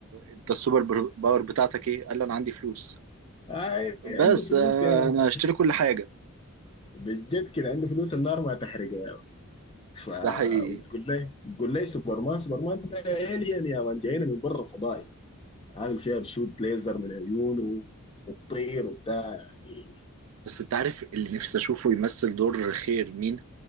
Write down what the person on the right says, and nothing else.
انت السوبر بر- باور بتاعتك ايه قال له انا عندي فلوس
بس
آه،
انا هشتري كل حاجة
ده حقيقي
بس انت عارف اللي نفسي اشوفه يمثل دور خير مين